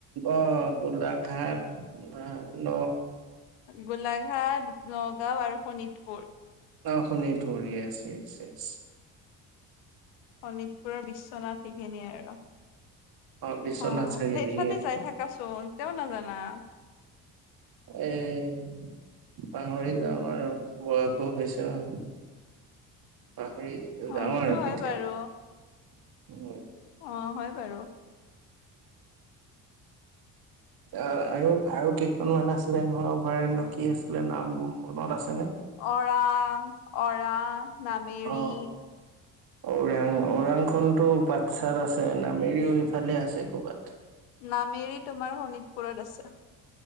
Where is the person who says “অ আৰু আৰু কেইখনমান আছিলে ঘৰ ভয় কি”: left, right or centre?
Right